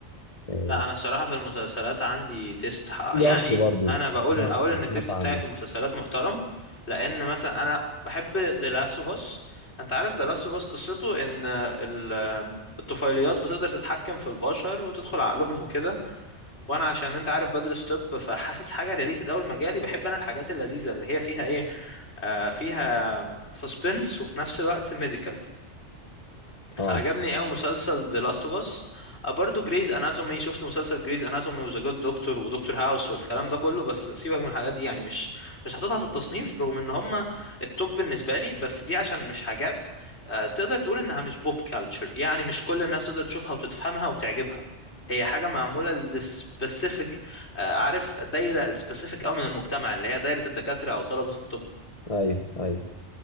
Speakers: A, on the left; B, on the left.
A: آه،
B: لا انا الصراحه في المسلسلات عندي تيست ح-
A: في
B: يعني
A: دارك برضو
B: انا بقول
A: دارك
B: اقول ان التيست
A: سمعت عنه
B: بتاعي في المسلسلات محترم لان مثلا انا بحب The Last of Us انت عارف The Last of Us قصته ان ال- الطفيليات بتقدر تتحكم في البشر وتدخل عقلهم وكده وانا عشان انت عارف بدرس طب فحاسس حاجه ريليتد قوي لمجالي بحب انا الحاجات اللذيذه اللي هي فيها ايه آه فيها سسبنس وفي نفس الوقت ميديكال فعجبني
A: اه
B: قوي مسلسل The Last of Us آه، برضو جريز اناتومي شفت مسلسل جريز اناتومي وذا جود دكتور ودكتور هاوس والكلام ده كله بس سيبك من الحاجات دي يعني مش مش هحطها في التصنيف رغم ان هم التوب بالنسبه لي بس دي عشان مش حاجات آه، تقدر تقول انها مش بوب كالتشر يعني مش كل الناس تقدر تشوفها وتفهمها وتعجبها هي حاجه معموله للسبيسيفيك عارف دايره سبيسيفيك قوي من المجتمع اللي هي دايره الدكاتره او طلبه الطب
A: ايوه ايوه